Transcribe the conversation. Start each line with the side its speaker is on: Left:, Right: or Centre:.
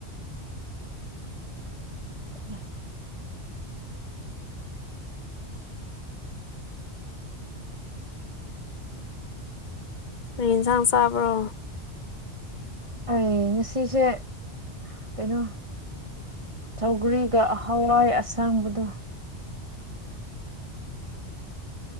Right: <inaudible>
Left: ꯑꯗꯨ ꯌꯦꯟꯁꯥꯡ ꯆꯥꯕ꯭ꯔꯣ
Right: ꯑꯩ ꯉꯁꯤꯁꯦ ꯀꯩꯅꯣ ꯆꯧꯒꯔꯤꯒ ꯍꯋꯥꯏ ꯑꯁꯥꯡꯕꯗꯣ